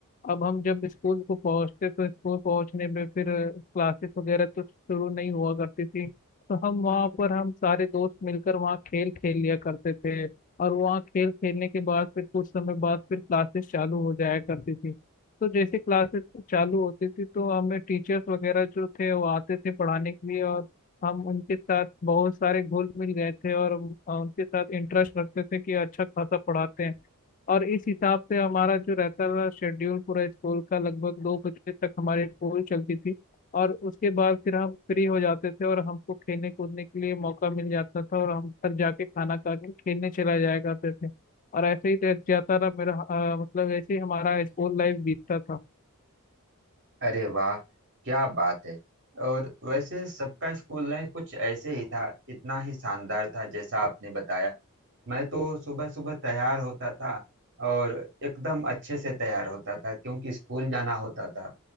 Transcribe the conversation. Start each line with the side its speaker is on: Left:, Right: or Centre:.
Left: अब हम जब स्कूल को पहुंचते तो स्कूल पहुंचने में फिर क्लासेस वगैरह तो शुरू नहीं हुआ करती थी तो हम वहाँ पर हम सारे दोस्त मिलकर वहाँ खेल खेल लिया करते थे और वहाँ खेल खेलने के बाद फिर कुछ समय बाद फिर क्लासेस चालू हो जाया करती थी तो जैसे क्लासेस चालू होती थी तो हमें टीचर्स वगैरह जो थे वो आते थे पढ़ाने के लिए और हम उनके साथ बहुत सारे घुल मिल गए थे और हम, अ, उनके साथ इंटरेस्ट रखते थे कि अच्छा खासा पढ़ाते हैं और इस हिसाब से हमारा जो रहता था शेड्यूल पूरा स्कूल का लगभग दो बजे तक हमारी स्कूल चलती थी और उसके बाद फिर हम फ्री हो जाते थे और हमको खेलने कूदने के लिए मौका मिल जाता था और हम घर जाके खाना खा के खेलने चला जाया करते थे और ऐसे ही रह जाता रहा मेरा अ, मतलब ऐसे ही हमारा स्कूल लाइफ बीतता था
Right: अरे वाह क्या बात है और वैसे सबका स्कूल लाइफ कुछ ऐसे ही था इतना ही शानदार था जैसा आपने बताया मैं तो सुबह सुबह तैयार होता था और एकदम अच्छे से तैयार होता था क्योंकि स्कूल जाना होता था